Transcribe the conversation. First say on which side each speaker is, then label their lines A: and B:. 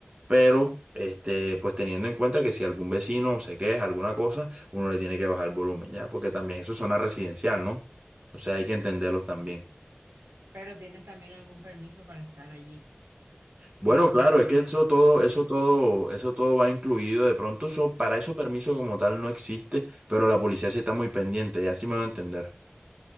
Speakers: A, on the right; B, on the right.
A: Pero, este, pues teniendo en cuenta que si algún vecino se queja, alguna cosa, uno le tiene que bajar el volumen, ¿ya? Porque también eso es zona residencial, ¿no? O sea, hay que entenderlos también.
B: Bien. Pero tienes también algún permiso para estar allí,
A: Bueno,
B: porque
A: claro,
B: como son
A: es que eso todo, eso todo, eso todo va incluido. De pronto, eso, para eso permiso como tal no existe, pero la policía sí está muy pendiente, ya sí me va a entender.